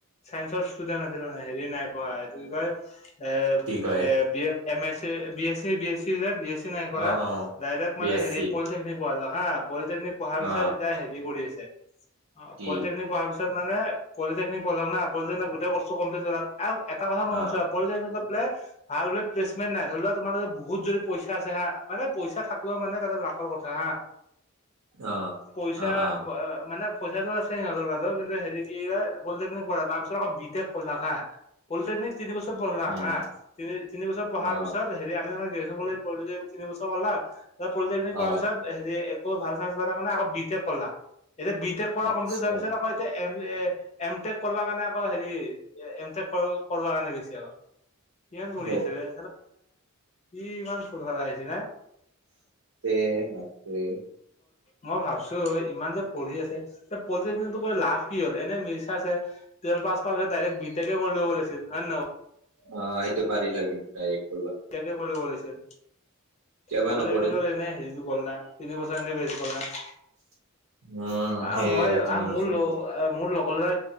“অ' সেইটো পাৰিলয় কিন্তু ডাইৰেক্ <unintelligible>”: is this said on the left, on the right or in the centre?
Right